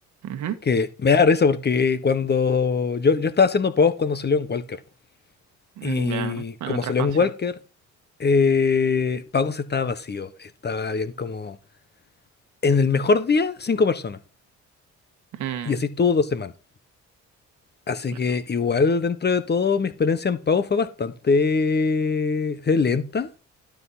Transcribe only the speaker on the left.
Que me da risa porque cuando yo, yo estaba haciendo pagos cuando salió en Walker.
Y
como
salió
en Walker, eh, pagos estaba vacío. Estaba bien como... En el mejor día, cinco personas.
Y así estuvo dos semanas. Así
que igual dentro de todo mi experiencia en pagos fue bastante eh, lenta.